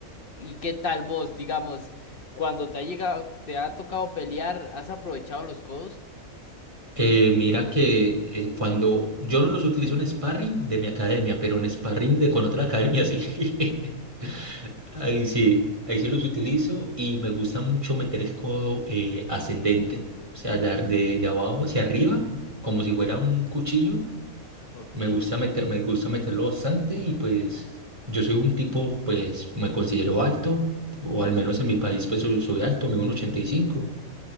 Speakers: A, on the left; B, on the right.
A: ¿Y qué tal vos, digamos, cuando te ha llegado, te ha tocado pelear, has aprovechado los codos?
B: Eh, mira que eh, cuando yo no los utilizo en sparring de mi academia, pero en sparring de con otra academia sí. <laughs> Ahí sí, ahí sí los utilizo y me gusta mucho meter el codo eh, ascendente, o sea, dar de, de abajo hacia arriba, como si fuera un cuchillo.
A: Ok,
B: Me gusta
A: ok.
B: meter, me gusta meterlo bastante y pues yo soy un tipo, pues me considero alto, o al menos en mi país pues soy, soy alto, mido un 85.